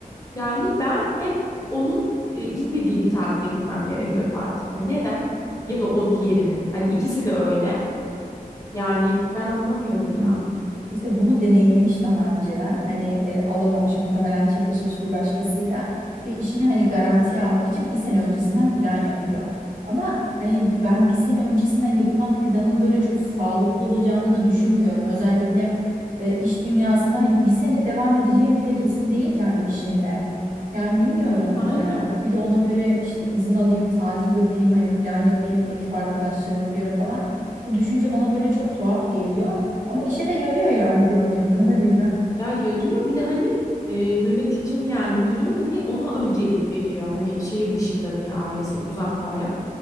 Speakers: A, on the left; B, on the right.
A: Yani ben hep onun e, gitmediği bir tarihte gitmem gerekiyor
B: Hı hı.
A: tatilime. Neden? Ya da o diğerinin. Hani ikisi de öyle. Yani ben anlamıyorum
B: Hmm.
A: ya.
B: İşte bunu deneyimlemiş daha önceler. Hani e, alamamış muhtemelen çakışmış bir başkasıyla ve işini hani garantiye almak için bir sene öncesinden plan yapıyor. Ama hani ben bir sene öncesinden yapılan planın böyle çok sağlıklı olacağını da düşünmüyorum. Özellikle e, iş dünyasında hani bir sene devam edeceğim bile kesin değil ki hani işinde. Yani bilmiyorum.
A: Aynen.
B: e, bir de ona göre işte izin alayım, tatil yapayım, hani plan yapayım ekip arkadaşlarıma göre falan. Bu düşünce bana böyle çok tuhaf geliyor. Ama işe de yarıyor yani gördüğüm kadarıyla.
A: Ya yarıyor. Bir de hani e, yöneticim yani müdürüm hani ona öncelik veriyor. Hani şehir dışında diye ailesi uzak baya.